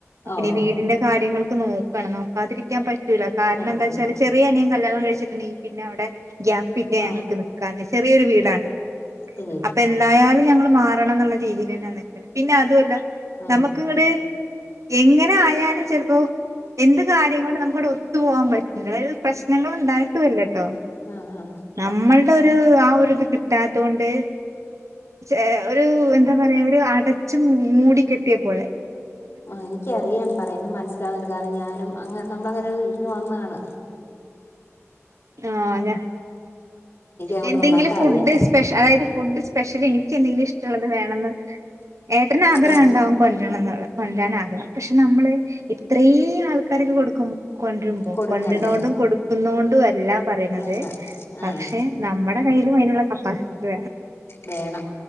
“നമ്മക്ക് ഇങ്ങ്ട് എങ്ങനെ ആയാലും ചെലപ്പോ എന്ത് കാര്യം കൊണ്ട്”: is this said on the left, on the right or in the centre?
Right